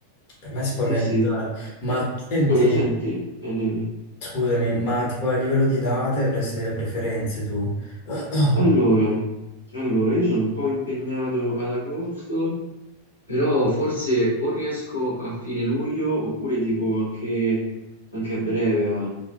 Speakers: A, on the left; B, on the left.
A: Per me si può
B: Sì,
A: organizzare.
B: sì.
A: Ma senti,
B: Allora, senti, eh, dimmi.
A: scusami, ma tipo a livello di date avresti delle preferenze tu? <clears throat>
B: Allora, allora, io sono un po' impegnato ad agosto Però forse o riesco a fine luglio oppure tipo anche, anche a breve, a,